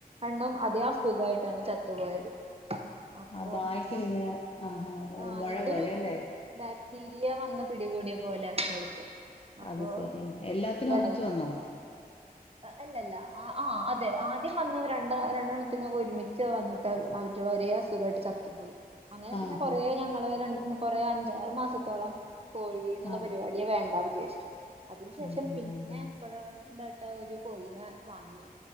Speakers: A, on the right (about 40°); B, on the left (about 35°).
A: എണ്ണം അതേ അസുഖായിട്ടാണ് ചത്തുപോയത് അപ്പൊ
B: ആ ബായ്ക്കിലിങ്ങനെ ആ ഹ
A: ആ
B: മൊഴ
A: എന്തൊരു
B: പോലെയല്ലേ
A: ബാക്ടീരിയ വന്ന് പിടികൂടിയ പോലാ അവറ്റ കൾക്ക് അപ്പൊ
B: അത് ശരിയാണ് എല്ലാത്തിനും
A: ഒരുട
B: ഒന്നിച്ചു വന്നോ
A: അല്ലല്ല ആ അത് അത ആദ്യം വന്നതെ രണ്ട രണ്ടെണ്ണത്തിനൊക്കെ ഒരുമിച്ച് വന്നിട്ട് അവറ്റകളെ ഒരേ അസുഖമായിട്ട് ചത്തുപോയി അങ്ങനെ
B: ആഹ്
A: പിന്നെ കുറേ ഞങ്ങള് രണ്ട്‌ കുറേ അഞ്ചാറ് മാസത്തോളം കോഴി എന്നുള്ള
B: ആഹ് ആഹ്
A: പരിപാടിയെ വേണ്ടാവ ച്ച് അതിന് ശേഷം
B: ആഹ്
A: പിന്നെ ഇപ്പോഴണ്ട്‌ ഒരു കോഴീനെ വാങ്ങി